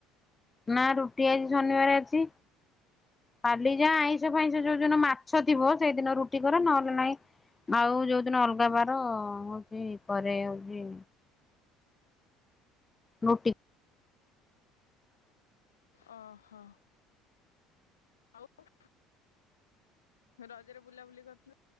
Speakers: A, on the left; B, on the left.
A: ନା ରୁଟି ଆଜି ଶନିବାର ଅଛି କାଲି ଯା ଆଇଁଷ ଫାଇଁଷ ଯୋଉନ ମା ଓଷା ଥିବ ସେଇଦିନ ରୁଟି କରେ ନହେଲେ ନାହିଁ ଆଉ ଯୋଉଦିନ ଅଲଗା ବାର ହଉଛି କରେ ହଉଛି। ନୋ ଟି
B: ଓହୋ ଆଉ ରଜରେ ବୁଲାବୁଲି କରିଥିଲ